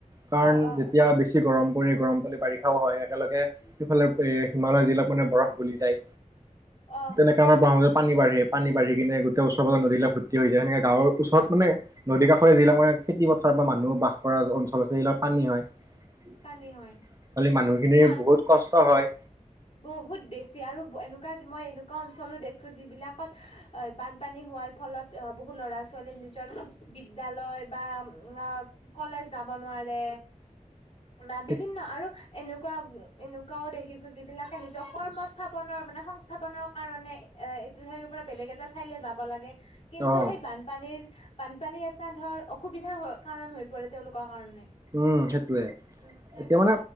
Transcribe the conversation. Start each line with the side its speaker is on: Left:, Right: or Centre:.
Right: কাৰণ
Left: অ অ
Right: যেতিয়া
Left: অ
Right: বেছি গৰম পৰে গৰম পৰলে বাৰিষাও হয় একেলগে, সিফালে এ হিমালয় যিবিলাক মানে বৰফ গলি যায়
Left: অ'
Right: তেনেকা আমাৰ ব্ৰহ্মপুত্ৰত পানী বাঢ়ে, পানী বাঢ়ি কিনে গোটেই ওচৰ পাজৰৰ নদী বিলাক ভৰ্তি হৈ যায়, সেনেকা গাঁৱৰ ওচৰত মানে নদী কাষৰীয়া যিবিলাক মানে খেতি পথাৰত বা মানুহ বাস কৰা অঞ্চল আছে সেইবিলাকত পানী হয়। হলি
Left: পানী হয়
Right: মানুহখিনিৰ
Left: মান
Right: বহুত কষ্ট হয়।
Left: বহুত বেছি আৰু এনেকুৱা মই এনেকুৱা অঞ্চলো দে ছো যিবিলাকত অই বানপানী হোৱাৰ ফলত অ বহু ল'ৰা ছোৱালী নিজৰ বিদ্যালয় বা উম কলেজ যাব নোৱাৰে বা
Right: ঠিক
Left: বিভিন্ন আৰু এনেকুৱা এনেকুৱাও দেখিছোঁ যিবিলাক নিজৰ কৰ্মস্থাপনৰ মানে সংস্থাপনৰ কাৰণে এ - এইটো ঠাই পৰা বেলেগ এটা ঠাইলৈ যাব লাগে কিন্তু
Right: অ
Left: সেই বানপানীৰ বানপানী এটা ধৰ অসুবিধা হৈ কাৰণ হৈ পৰে তেওঁলোকৰ কাৰণে।
Right: উম সেটোয়ে,
Left: উম সেইটোৱে
Right: এতিয়া মানে